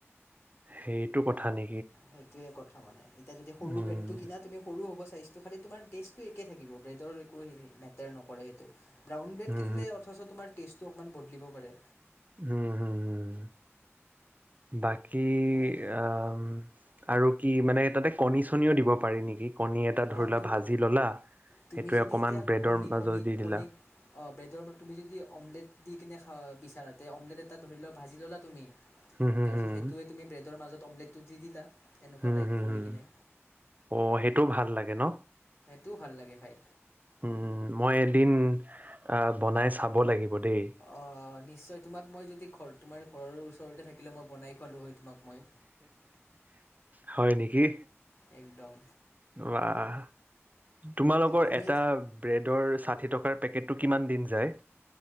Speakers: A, on the right; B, on the left.
A: সেইটো কথা নি?
B: সেইটোয়ে কথা। মানে এতিয়া যদি সৰু
A: উম,
B: ব্ৰেড টো কিনা তুমি সৰু হ'ব চাগে? চাইচটো খালি তোমাৰ। টেষ্টটো একে থাকিব ব্ৰেডৰ একো মেটাৰ নকৰে সেইটো। ব্ৰউন ব্ৰেড
A: উম,
B: কিনিলে অথচ তোৰ টেষ্ট অণমান ব দিব পাৰে
A: উম হম হম বাকী
B: হয়
A: আহ আৰু কি মানে তাতে কণী চনিও দিব পাৰি নেকি? কণী এটা ধৰি
B: অঁ
A: লোৱা
B: তুম
A: ভাজি ললা
B: তুমি
A: সেইটোৱে
B: যদি
A: অকণমান
B: এতিয়া
A: ব্ৰেডৰ
B: কণী
A: মাজত
B: কণী
A: দি দিলা
B: কণী অঁ ব্ৰেডৰ তুমি যদি অমলেট দি কিনে খা বিচাৰাতে অমলেট এটা ধৰি লোৱা ভাজি ল'লা তুমি
A: হুম হুম
B: তাৰপিছত
A: হুম
B: সেইটোৱে তুমি ব্ৰেডৰ মাজত অমলেট দি দিলা সেনেকুৱা
A: উম
B: টাইপ
A: হম
B: কৰি
A: হম
B: কিনে
A: অ সেইটোও ভাল লাগে চাগে ন
B: টো ভাল লাগে খাই
A: উম মই দিন অ বনাই চাব লাগিব। দেই
B: অ নিশ্চয় তোমাক মই যদি ঘৰ তোমাৰ ঘৰৰ ওচৰতে থাকিলে মই বনাই খোৱালো হয় তোমাক। মই
A: হয় নেকি
B: একদম
A: বাহ। তোমালোকৰ
B: তুমি
A: এটা ব্ৰেডৰ চাট ষাঠি টকাৰ পেকেটটো কিমান দিন যায়?